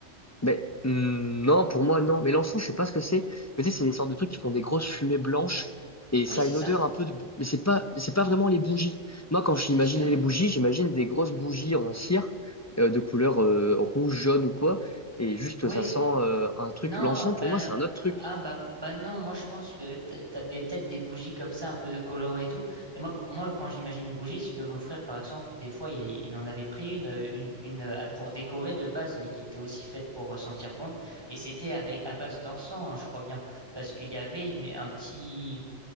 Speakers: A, on the left; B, on the right.
A: Ben, hum, non, pour moi, non. Mais l'encens, je sais pas ce que c'est. Mais tu sais, c'est des sortes de trucs qui font des grosses fumées blanches et
B: Oui,
A: ça
B: c'est
A: a une
B: ça.
A: odeur un peu de... Mais c'est pas, mais c'est pas vraiment les bougies. Moi, quand j'imaginais
B: T'es sûr?
A: les bougies, j'imagine des grosses bougies en cire euh, de couleur euh, rouge, jaune ou quoi. Et juste,
B: Oui.
A: ça sent euh, un truc.
B: Non,
A: L'encens,
B: ben,
A: pour moi, c'est un autre truc.
B: ah, bah, bah non, moi je pense que t- t'avais peut-être des bougies comme ça, un peu colorées et tout. Mais moi, quand- moi quand j'imagine une bougie, c'est que mon frère, par exemple, des fois, il, il en avait pris une, euh, une, une, euh, pour décorer de base, mais qui était aussi faite pour euh, sentir bon. Et c'était avec, à base d'encens, hein, je crois bien. Parce qu'il y avait une- un petit,